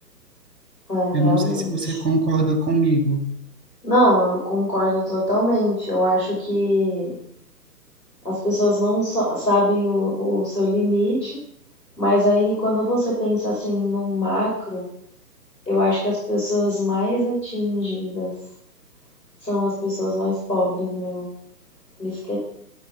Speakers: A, on the left; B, on the right.
A: É,
B: Eu
A: realmente.
B: não sei se você concorda comigo.
A: Não, eu concordo totalmente. Eu acho que as pessoas não só sabem o, o seu limite, mas aí quando você pensa assim num macro, eu acho que as pessoas mais atingidas são as pessoas mais pobres, meu. Isso que é